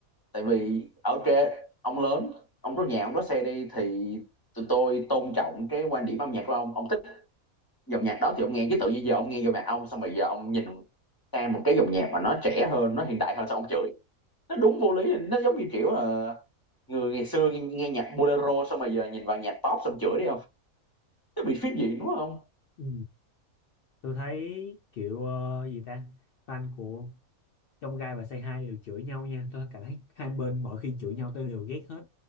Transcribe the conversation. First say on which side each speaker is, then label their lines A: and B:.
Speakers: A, on the left (about 20°); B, on the left (about 75°).
A: tại vì ở trên ông lớn ông có nhà ông có xe đi thì tụi tôi tôn trọng cái quan điểm âm nhạc của ông ông thích dòng nhạc đó thì ông nghe chứ tự nhiên giờ ông nghe dòng nhạc ông xong rồi giờ ông nhìn sang một cái dòng nhạc mà nó trẻ hơn nó hiện đại hơn sao ông chửi nó đúng vô lý nó giống như kiểu là người ngày xưa nghe, nghe nhạc bolero xong rồi giờ nhìn vào nhạc pop xong chửi đi không nó bị phiến diện đúng không
B: ừ. tôi thấy kiểu ờ, gì ta fan của trong gai và say hi đều chửi nhau nha tôi cảm thấy hai bên mỗi khi chửi nhau tôi đều ghét hết